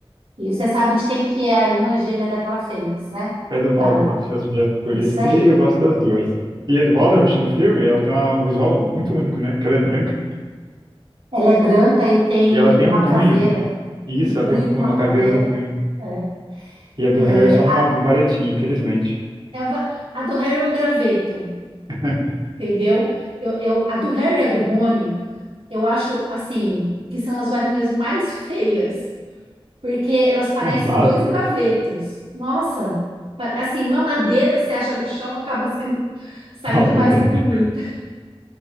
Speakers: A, on the right (about 85°); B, on the right (about 50°).
A: e você sabe de quem que é a irmã gêmea daquela fênix, né?
B: É do Voldemort,
A: Da,
B: as minhas. Por
A: isso
B: isso que
A: aí.
B: eu gosto das duas. E a do Voldemort
A: é.
B: no filme, ela tem um visual muito único, né? Que ela é branca.
A: Ela é branca e tem
B: E ela
A: uma
B: tem um punho.
A: caveira,
B: Isso,
A: um punho
B: ela tem um punho,
A: com uma
B: uma
A: caveira.
B: caveira no punho.
A: É,
B: E a do
A: É,
B: Harry é só uma
A: a,
B: varetinha, infelizmente.
A: é uma- a do Harry é um graveto,
B: <laughs>
A: entendeu? Eu, eu, a do Harry e a do Rony, eu acho assim que são as varinhas mais feias, porque elas parecem
B: É básico.
A: dois gravetos. Nossa, pa- assim, uma madeira que você acha no chão acaba sendo <laughs> saindo
B: uma madeira.
A: mais bonita.